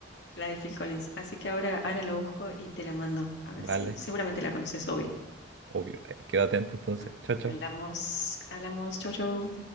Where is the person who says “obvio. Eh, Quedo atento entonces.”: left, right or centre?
Right